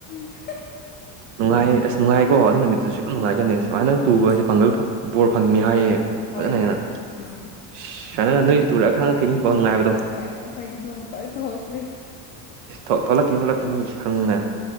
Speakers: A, on the left; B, on the right.
A: <inaudible>
B: ꯅꯨꯡꯉꯥꯏ ꯑꯁ ꯅꯨꯡꯉꯥꯏꯀꯣ ꯑꯗꯨ ꯅꯨꯃꯤꯠꯇꯨꯁꯨ ꯌꯥꯝ ꯅꯨꯡꯉꯥꯏꯖꯅꯤ ꯁꯨꯃꯥꯏꯅ ꯇꯨꯕꯒꯁꯦ
A: ꯎꯝ
B: ꯄꯥꯡꯒꯜ ꯕꯣꯔ ꯐꯪꯉꯅꯤ ꯍꯥꯏꯌꯦ
A: ꯍꯣꯏ
B: ꯐꯖꯅ
A: ꯍꯣꯏ
B: ꯍꯦꯟꯅ
A: ꯎꯝ
B: ꯁꯨꯃꯥꯏꯅ ꯅꯣꯏ ꯇꯨꯔꯛꯒ ꯈꯪꯉꯛꯅꯤꯕꯥꯎ ꯅꯨꯡꯉꯥꯏꯕꯗꯣ
A: ꯍꯣꯏꯣꯏ ꯑꯩꯈꯣꯏꯗꯤ ꯑꯗꯨꯝ ꯐ ꯊꯣꯛꯛꯇ꯭ꯦ
B: ꯊꯣꯛꯂꯛꯈꯤꯅꯤ ꯊꯣꯛꯂꯛꯈꯤꯅꯤ ꯁꯪꯅ